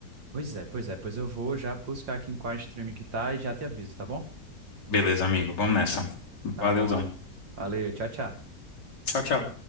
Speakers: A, on the right (about 85°); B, on the left (about 70°).
A: Pois é, pois é, pois eu vou já buscar aqui em qual streaming que tá e já te aviso, tá bom?
B: Beleza, amigo, vamos nessa.
A: Tá
B: Valeuzão.
A: bom. Valeu, tchau, tchau.
B: Tchau, tchau.